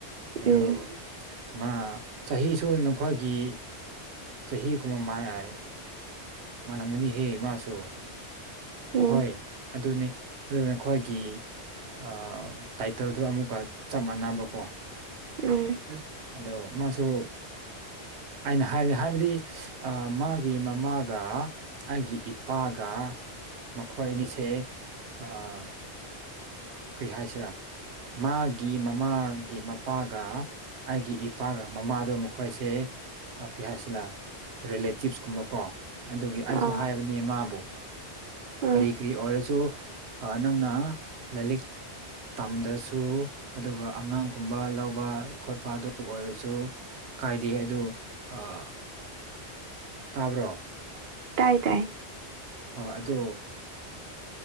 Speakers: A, on the right; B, on the right.
A: ꯑꯗꯨ
B: ꯎꯝ
A: ꯃꯥ ꯆꯍꯤꯁꯨ ꯅꯈꯣꯏꯒꯤ ꯆꯍꯤ ꯀꯨꯝꯕ ꯃꯥ ꯑꯩ ꯃꯂꯝꯒꯅꯤ ꯍꯦ ꯃꯥꯁꯨ
B: ꯎꯝ
A: ꯍꯣꯏ ꯑꯗꯨꯅꯦ ꯑꯗꯨ ꯅꯈꯣꯏꯒꯤ ꯑꯥꯝ ꯇꯥꯏꯇꯜꯗꯨ ꯑꯃꯨꯛꯀ ꯆꯞ ꯃꯥꯟꯅꯕꯀꯣ
B: ꯎꯝ
A: ꯑꯗꯣ ꯃꯥꯁꯨ ꯑꯩꯅ ꯍꯥꯏꯗꯤ ꯍꯥꯏꯕꯗꯤ ꯑꯥ ꯃꯥꯒꯤ ꯃꯃꯥꯒ ꯑꯩꯒꯤ ꯏꯄꯥꯒ ꯃꯈꯣꯏ ꯑꯅꯤꯁꯦ ꯑꯥ ꯀꯔꯤ ꯍꯥꯏꯁꯤꯔꯥ ꯃꯥꯒꯤ ꯃꯃꯥ ꯒꯤ ꯃꯄꯥꯒ ꯑꯩꯒꯤ ꯏꯄꯥꯒ ꯃꯃꯥꯗꯣ ꯃꯈꯣꯏꯁꯦ ꯑ ꯀ꯭ꯔꯤ ꯍꯥꯏꯁꯤꯂ ꯔꯤꯂꯦꯇꯤꯞꯁ ꯀꯨꯝꯕꯀꯣ ꯑꯗꯨꯒꯤ ꯑꯩꯁꯨ
B: ꯑꯥ
A: ꯍꯥꯏꯕꯅꯦ ꯃꯥꯕꯨ
B: ꯑꯥ
A: ꯀꯔꯤ ꯀꯔꯤ ꯑꯣꯏꯔꯁꯨ ꯑꯥ ꯅꯪꯅ ꯂꯥꯔꯤꯛ ꯇꯝꯗ꯭ꯔꯁꯨ ꯑꯗꯨꯒ ꯑꯉꯥꯡ ꯒꯨꯝꯕ ꯂꯧꯕ ꯈꯣꯠꯄ ꯑꯗꯨ ꯑꯣꯏꯔꯁꯨ ꯀꯥꯏꯗꯦ ꯑꯗꯨ ꯑꯥ ꯇꯥꯕ꯭ꯔꯣ
B: ꯇꯥꯏ ꯇꯥꯏ
A: ꯍꯣ ꯑꯗꯨ